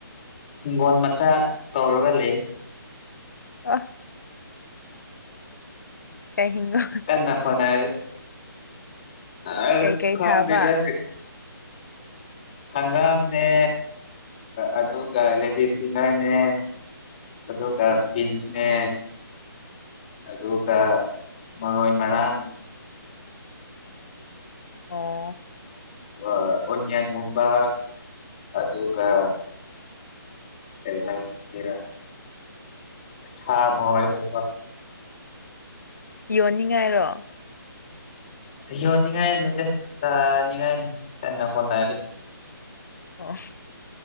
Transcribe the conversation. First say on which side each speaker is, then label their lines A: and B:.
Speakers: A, on the left; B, on the left.
A: ꯍꯒꯣꯟꯟ ꯃꯆꯥ ꯇꯧꯔꯒ ꯂꯩꯦ
B: ꯑ ꯀꯩ ꯍꯤꯡꯒꯣ
A: ꯀ ꯅ ꯐꯣꯅ ꯑꯁ
B: ꯀꯩꯀꯩ
A: ꯈꯟꯗꯤꯗ
B: ꯊꯥꯕ
A: ꯍꯪꯒꯥꯝꯅꯦ ꯑꯗꯨꯒꯗꯤ ꯁ꯭ꯅꯔꯅꯦ ꯑꯗꯨ ꯀꯁꯅꯦ ꯑꯗꯨꯒ ꯀ ꯃꯔꯣꯏ ꯃꯔꯔꯥꯡ
B: ꯑꯣ
A: ꯑ ꯑꯣꯟꯌꯥꯟ ꯃꯨꯝꯕꯥ ꯑꯗꯨꯒ ꯍ ꯍ ꯁꯤꯔ ꯁꯥ ꯃꯣꯏꯕꯥ
B: ꯌꯣꯟꯅꯤꯡꯉꯥꯏꯔꯣ
A: ꯌꯣꯟꯅꯤꯡꯉꯥꯏ ꯅꯇꯦ ꯆꯥꯅꯤꯡꯉꯥꯏꯅꯤꯟꯅ ꯍꯣꯅꯔꯤ
B: ꯑ